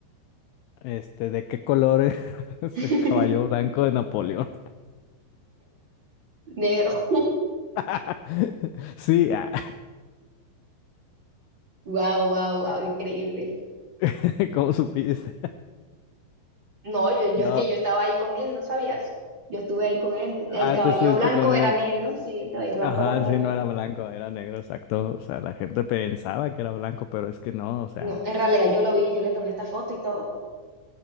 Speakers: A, on the left (about 85°); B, on the right (about 30°).
A: este, ¿de qué color es <laughs> es
B: <laughs>
A: el caballo blanco de Napoleón?
B: Negro.
A: <laughs> Sí, ah,
B: Wow, wow, wow, increíble.
A: <laughs> ¿cómo supiste?
B: No, yo, yo
A: No,
B: es que yo estaba ahí con él, ¿no sabías? Yo estuve ahí con él. El
A: ah,
B: cabello
A: tú estuviste
B: blanco
A: con
B: era
A: él.
B: negro, sí, el cabello blanco
A: Ajá,
B: era negro.
A: sí, no era blanco, era negro, exacto. O sea, la gente pensaba que era blanco, pero es que no, o sea,
B: No, en realidad yo lo vi, yo le tomé esta foto y todo. <laughs>